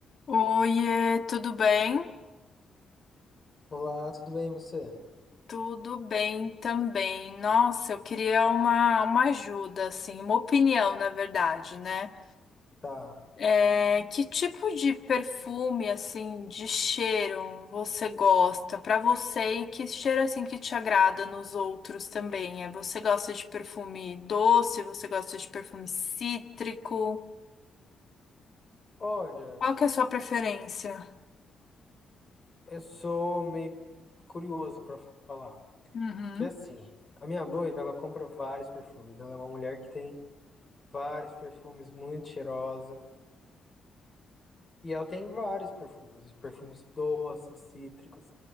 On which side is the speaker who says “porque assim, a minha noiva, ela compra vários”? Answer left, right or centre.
Left